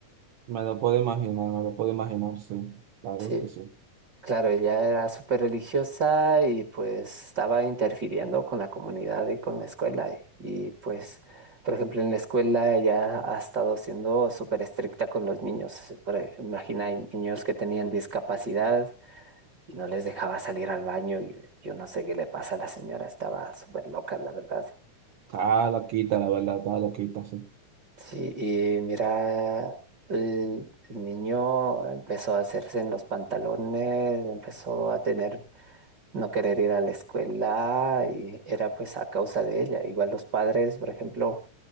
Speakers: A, on the right (about 70°); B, on the right (about 45°).
A: Me lo puedo imaginar, me lo puedo imaginar, sí. Claro
B: sí
A: que sí.
B: Claro, ella era súper religiosa y pues estaba interfiriendo con la comunidad y con la escuela. Y, y, pues, por ejemplo, en la escuela ella ha estado siendo súper estricta con los niños. Por e- imagina, hay niños que tenían discapacidad y no les dejaba salir al baño. Y yo no sé qué le pasa a la señora, estaba súper loca, la verdad.
A: Está loquita, la verdad, está loquita, sí.
B: Sí, y mira, el el niño empezó a hacerse en los pantalones, empezó a tener no querer ir a la escuela y era pues a causa de ella. Igual los padres, por ejemplo,